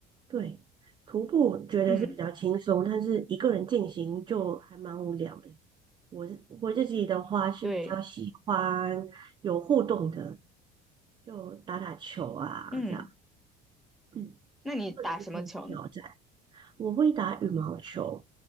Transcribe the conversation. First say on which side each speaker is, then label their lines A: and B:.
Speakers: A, on the right; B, in the centre.
A: 对，徒步觉得是比较轻松，
B: 嗯，
A: 但是一个人进行就还蛮无聊的。我是我自己的话是比较喜欢有互动的，
B: 对，
A: 就打打球啊这样，
B: 嗯，
A: 嗯，
B: 那你打什么球呢？
A: 或者是可以挑战。我会打羽毛球，